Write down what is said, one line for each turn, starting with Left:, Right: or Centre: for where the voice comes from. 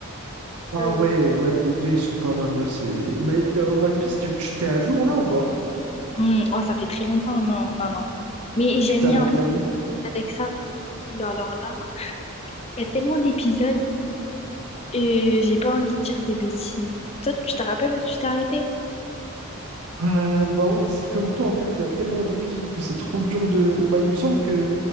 Right: Ah
Left: Euh,
Right: ouais, ouais, les deux ils sont pas mal, ouais, c'est. Mais euh, One Piece, tu tu- t'es à jour là ou pas?
Left: hmm, oh, ça fait très longtemps, non, non, non. Mais j'aime
Right: Tu t'es arrêté
Left: bien, en fait,
Right: à où?
Left: avec ça. Mais alors là, il y a tellement d'épisodes et j'ai pas envie de dire des bêtises. Toi, tu te rappelles où tu t'es arrêté?
Right: Euh, bah ouais, c'est comme toi, en fait, il y a tellement d'épisodes que c'est trop dur de. Bah, il me semble que,